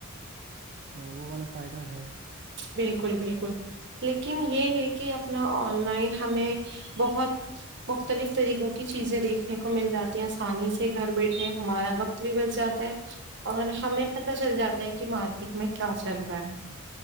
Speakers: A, on the right; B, on the right.
A: ہاں وہ والا فائدہ ہے <unintelligible>
B: بالکل بالکل لیکن یہ ہے کہ اپنا آن لائن ہمیں بہت مختلف طریقوں کی چیزیں دیکھنے کو مل جاتی ہیں آسانی سے گھر بیٹھے ہمارا وقت بھی بچ جاتا ہے اور ہمیں پتہ چل جاتا ہے کہ مارکیٹ میں کیا چل رہا ہے <unintelligible>